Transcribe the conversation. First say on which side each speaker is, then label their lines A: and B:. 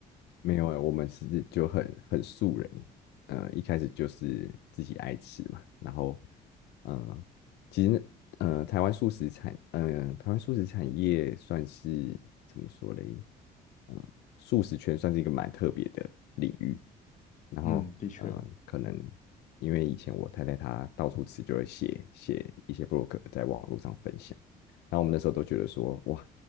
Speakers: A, on the left; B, on the left.
A: 没有哎、我们是就很很素人，呃，一开始就是自己爱吃嘛，然后，嗯，其实呃，台湾素食产，呃，台湾素食产业算是怎么说嘞？呃，素食圈算是一个蛮特别的领域，然后呃，
B: 嗯，的确，
A: 可能因为以前我太太她到处吃，就会写写一些 blog 在网络上分享，然后我们那时候都觉得说，哇，